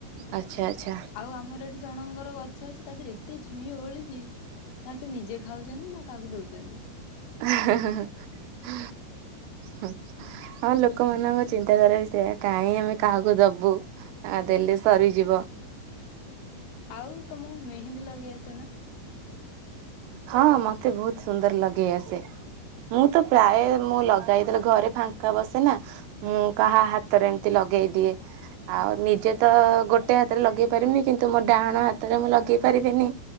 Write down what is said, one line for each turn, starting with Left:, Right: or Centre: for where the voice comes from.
Right: ଆଚ୍ଛା ଆଚ୍ଛା
Left: ଆଉ ଆମର ଏଠି ଜଣଙ୍କର ଗ ଛ ଅଛି ତା ଦେହରେ ଏତେ ଛୁଇଁ ଓହଳିଛି, ନା ସେ ନିଜେ ଖାଉଛନ୍ତି ନା କାହାକୁ ଦଉଛନ୍ତି।
Right: <unintelligible> ହୁଁ ହୁଁ ଆମ ଲୋକମାନଙ୍କ ଚିନ୍ତାଧାରା ବି ସେଇୟା କାହିଁ ଆମେ କାହାକୁ ଦବୁ ଆ ଦେଲେ ସରିଯିବ।
Left: ଆଉ ତମକୁ ମେହେନ୍ଦୀ ଲଗେଇ ଆସେ ନା?
Right: ହଁ ମତେ ବହୁତ ସୁନ୍ଦର ଲଗେଇ ଆସେ, ମୁଁ ତ ପ୍ରାୟ ମୁଁ ଲଗାଏ ଯେତେଳେ ଘରେ ଫାଙ୍କା ବସେ ନା ମୁଁ କାହା ହାତରେ ଏମତି ଲଗେଇଦିଏ, ଆଉ ନିଜେ ତ ଗୋଟେ ହାତରେ ଲଗେଇ ପାରିବିନି କିନ୍ତୁ ମୋ ଡାହାଣ ହାତରେ ମୁଁ ଲଗେଇ ପାରିବିନି।